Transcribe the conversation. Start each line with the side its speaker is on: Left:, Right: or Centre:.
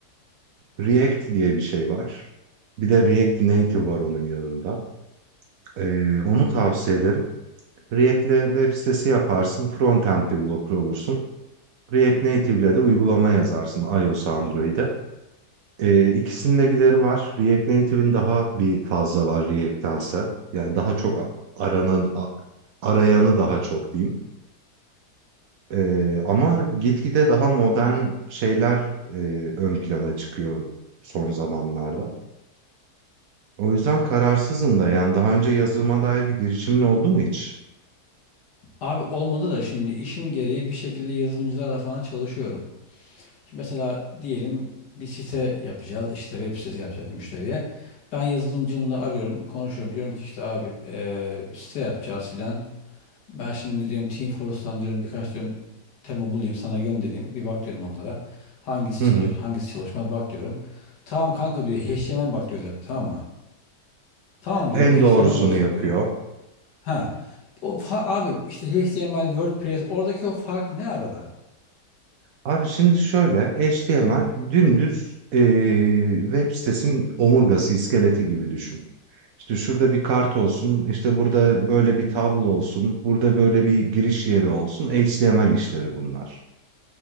Right: React diye bir şey var. Bir de React Native var onun yanında. Ee, onu tavsiye ederim. React'le web sitesi yaparsın, frontend developer olursun. React Native'le de uygulama yazarsın iOS, Android'e. Ee, ikisinin de gideri var. React Native'in daha bir fazla var React'tense. Yani daha çok a- aranan, a- arayanı daha çok diyeyim. Ee, ama gitgide daha modern şeyler e, ön plana çıkıyor son zamanlarda. O yüzden kararsızım da. Yani daha önce yazılıma dair bir girişimin oldu mu hiç?
Left: Abi olmadı da şimdi işim gereği bir şekilde yazılımcılarla falan çalışıyorum. Şimdi mesela diyelim bir site yapacağız. işte web sitesi yapacağız bir müşteriye. Ben yazılımcımla arıyorum, konuşuyorum. Diyorum ki işte abi eee, site yapacağız filan. Ben şimdi diyorum Teamfortress'tan diyorum birkaç diyorum tema bulayım sana göndereyim. Bir bak diyorum onlara. Hangisi
Right: Hı
Left: çalışır,
Right: hı.
Left: hangisi çalışmaz bak diyorum. Tamam kanka diyor HTML bak diyor özellikle tamam mı? Tamam diyorum
Right: en
Left: HTML
Right: doğrusunu
Left: bakayım
Right: yapıyor.
Left: diyorum. Ha. O fa- abi işte HTML, WordPress oradaki o fark ne arada?
Right: Abi şimdi şöyle HTML dümdüz eee, web sitesinin omurgası, iskeleti gibi düşün. İşte şurada bir kart olsun, işte burada böyle bir tablo olsun, burada böyle bir giriş yeri olsun. HTML işleri bunlar.